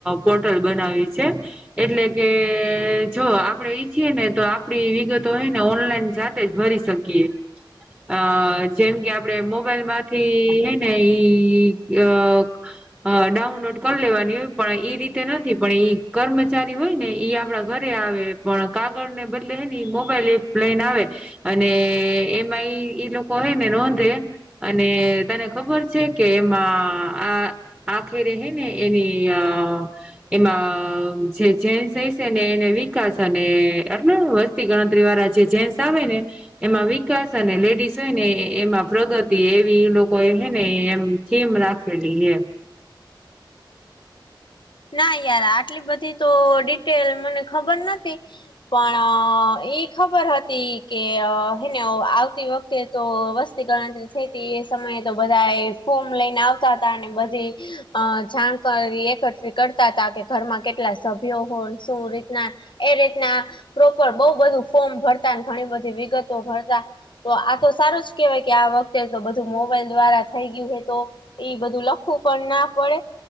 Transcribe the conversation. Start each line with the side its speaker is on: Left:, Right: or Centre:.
Centre: પોર્ટલ બનાવી છે. એટલે કે જો આપડે ઈચ્છીએ ને તો આપડી વિગતો હેને ઓનલાઈન જાતે જ ભરી શક કે અ જેમ કે આપણે મો બાઇલ માંથી હે ને ઈ અ અ ડાઉનલોડ કરી લેવાની હોય પણ એ રીતે નથી, પણ એઈ કર્મચારી હોય ને ઈ આપડા ઘરે આવે પણ કાગળ ને બદલે હેની મોબાઈલ એપ લઈન આવે. અને એમાંય ઈ લોકો હોય ને નોંધે, અને તને ખબર છે કે એમાં આ આખે રહેને એની અ એમાં જે ચેન્જ થઇ છે, ને એને વિકાસ અને એટલ વસ્તુ વસ્તી ગણતરી વાળા જે જેન્ટસ આવે ને એમાં વિકાસ અને લેડીસ હોય ને એમાં પ્રગતિ. એવી લોકો એ હે ને એમ થીમ રાખેલી હ,
Left: ના યાર આટલી બધી તો ડિટેલ મને ખબર નથી, પણ એઈ ખબર હતી કે હેને આવતી વખતે તો વસ્ત તી ગણતરી થઈ હતી, એ સમયે તો બધા એ ફોર્મ લઈને આવતા હતા, અને બધી અ જાણકારી એકઠી કરતા હતા, કે ઘરમાં કેટલા સભ્યો હોય શું રીતના એ રીતના પ્રોપર બહું બધું ફોર્મ ભરતા ઘણી બધી વિગતો ભરતા, તો આ તો સારું જ કેહેવાય, કે આ વખતે તો બધું મોબાઈલ દ્વારા થઈ ગયું હે તો એ બધું લખવું પણ ના પડે